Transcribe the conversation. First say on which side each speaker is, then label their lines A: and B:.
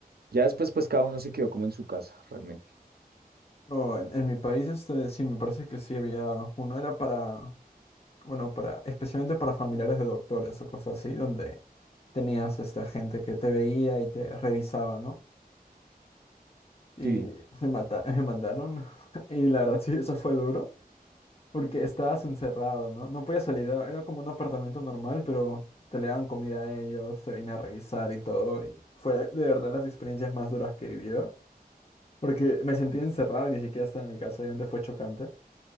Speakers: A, on the right (about 80°); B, on the left (about 40°).
A: Ya después, pues cada uno se quedó como en su casa, realmente.
B: No, en, en mi país este, sí, me parece que sí había uno, era para, bueno, para, especialmente para familiares de doctores o cosas así, donde tenías esta gente que te veía y te revisaba, ¿no? Y
A: Sí,
B: me mata- <laughs> me mandaron, <laughs> y la verdad sí, eso fue duro. Porque estabas encerrado, ¿no? No podías salir, era era como un apartamento normal, pero te le daban comida a ellos, te venían a revisar y todo. Y fue de verdad las experiencias más duras que he vivido, porque me sentí encerrado y ni siquiera estaba en mi casa, obviamente fue chocante.